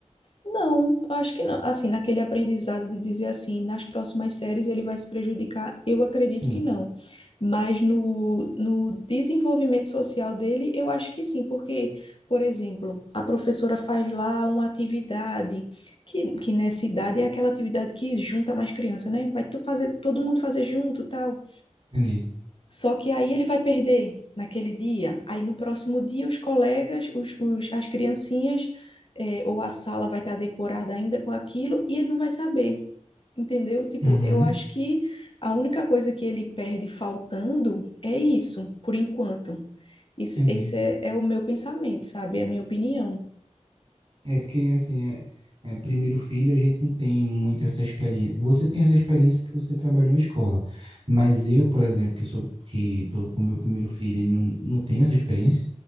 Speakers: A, on the left (about 45°); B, on the right (about 45°).
A: Não, eu acho que não. Assim, naquele aprendizado de dizer assim, nas próximas séries ele vai se prejudicar, eu acredito
B: Sim,
A: que não. Mas no, no desenvolvimento social dele, eu acho que sim, porque, por exemplo, a professora faz lá uma atividade, que, que nessa idade é aquela atividade que junta mais criança, né? Vai tu fazer, todo mundo fazer junto, tal.
B: entendi.
A: Só que aí ele vai perder naquele dia. Aí no próximo dia, os colegas, os, os- as criancinhas, eh, ou a sala vai estar decorada ainda com aquilo e ele não vai saber, entendeu? Tipo,
B: Uhum,
A: eu acho que a única coisa que ele perde faltando é isso, por enquanto. Isso,
B: entendi.
A: esse é, é o meu pensamento, sabe? É a minha opinião.
B: É porque, assim, é, é primeiro filho, a gente não tem muito essa experiência. Você tem essa experiência porque você trabalhou em escola. Mas eu, por exemplo, que sou que estou com meu primeiro filho e não, não tenho essa experiência,